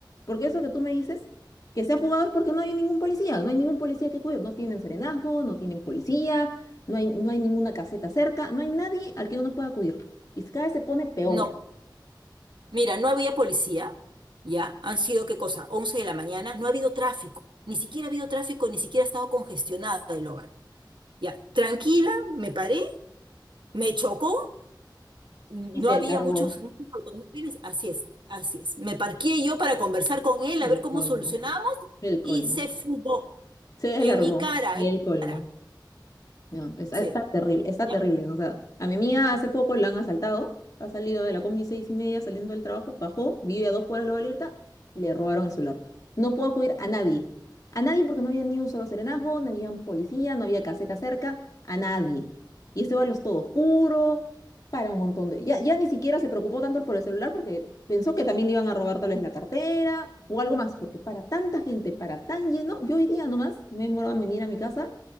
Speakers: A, on the left; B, on the right.
A: Porque eso que tú me dices, que se ha fugado es porque no hay ningún policía. No hay ningún policía que cubrir. No tienen serenazgo, no tienen policía, no hay, no hay ninguna caseta cerca, no hay nadie al que uno pueda acudir. Y cada vez se pone peor.
B: No, mira, no había policía, ya, han sido, ¿qué cosa? once de la mañana, no ha habido tráfico, ni siquiera ha habido tráfico, ni siquiera ha estado congestionado el hogar. Ya, tranquila, me paré, me chocó No
A: Y se
B: había
A: largó
B: muchos, muchos automóviles, así es, así es. Me parqué yo para conversar con él,
A: el
B: a ver cómo
A: colmo.
B: solucionamos,
A: El colmo.
B: y se fugó
A: Se
B: en
A: largó
B: mi cara,
A: el
B: en mi
A: colmo.
B: cara.
A: No, es- está
B: Sí,
A: terrible, está
B: ya,
A: terrible. ¿no? O sea, a mi amiga hace poco la han asaltado, ha salido de la combi seis y media saliendo del trabajo, bajó, vive a dos cuadras de la Vallarta, le robaron el celular. No pudo acudir a nadie, a nadie porque no había ni un solo serenazgo, no había un policía, no había caseta cerca, a nadie. Y ese es todo oscuro, para un montón de... Ya, ya ni siquiera se preocupó tanto por el celular porque pensó que también le iban a robar tal vez la cartera o algo más, porque para tanta gente, para tan lleno, yo hoy día nomás me demoraba en venir a mi casa